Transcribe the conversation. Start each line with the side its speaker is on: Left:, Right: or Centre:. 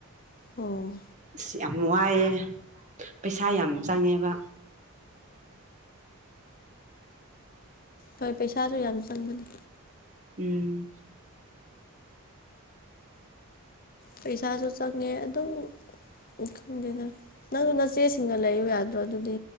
Left: ꯑꯣ
Right: ꯑꯁꯤ ꯌꯥꯝ ꯋꯥꯏꯑꯦ ꯄꯩꯁꯥ ꯌꯥꯝ ꯆꯪꯉꯦꯕ
Left: ꯍꯣꯏ ꯄꯩꯁꯥꯁꯨ ꯌꯥꯝ ꯆꯪꯕꯅꯤ
Right: ꯎꯝ
Left: ꯄꯩꯁꯥꯁꯨ ꯆꯪꯉꯦ ꯑꯗꯨꯝ ꯎ ꯈꯪꯗꯦꯗ ꯅꯪꯁꯨ ꯅꯆꯦꯁꯤꯡꯒ ꯂꯩꯌ ꯌꯥꯗ꯭ꯔꯣ ꯑꯗꯨꯗꯤ